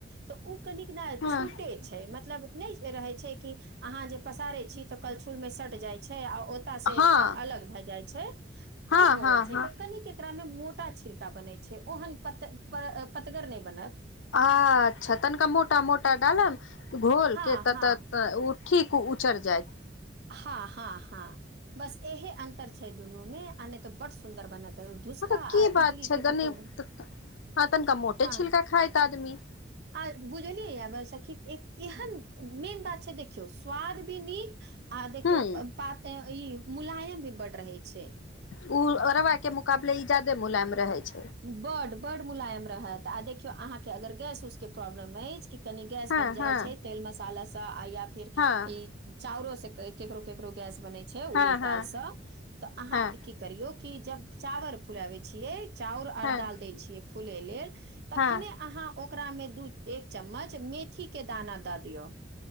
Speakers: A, on the right; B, on the left.
A: त उ कनिक ने
B: हँ
A: छूटे छै, मतलब! नहि रहे छै कि? अहाँ जे पसारे छी तऽ कलछुल में सट जाय छै। आ ओत से
B: हँ
A: अलग भए जाय छै। से!
B: हँ
A: ओ होइ
B: हँ
A: छै,
B: हँ
A: तऽ कनिक! एकरा मे मोटा छड़का बनै छै, ओहन प प पतगर नहि बनत।
B: ह अच्छा तनिका मो मोटा मोटा डालाम। घोल
A: हँ
B: के त
A: हँ
B: त उ ठीक ओ उचड़ जायइत।
A: हँ हँ हँ बस इहे अंतर छै दुनू में, आ नहि तऽ बड सुन्दर बनत। धुसका
B: हँ तऽ
A: आ
B: की बात
A: इडली
B: छैनी,
A: के तऽ कोनो
B: ह तनिका मोटे
A: हँ
B: छिलका खात आदमी।
A: आ बुझलियै य ब सखी, एहन मेन बात छै, देखियौ स्वाद भी नीक। आ देखियौ
B: हूं
A: पात ई! मुलायम भी बढ़ रहै छै।
B: ओ। के मुकाबबे इजादे मुलायम। रहै छै।
A: बड बड मुलायम रहत, आ देख केओ अहाँके अगर गैस उस के प्रॉब्लम अछि? क कनि गैस
B: हँ
A: बन जाइ
B: हँ
A: छै, तेल मसाला सऽ आयत।
B: हँ
A: ई चाउरस केकरो केकर करो गैस बनै छै
B: हँ
A: उड़ी
B: हँ
A: दाल सअ, तऽ अहाँ
B: हँ
A: की करियौ! की, जब चावर फुलावे छियै। चाउर आर
B: हँ
A: दालि दै छियै। फुल एल। तखने
B: हँ
A: अहाँ। ओकरा मे दू एक चम्मच मेथी के दाना दऽ दियौ।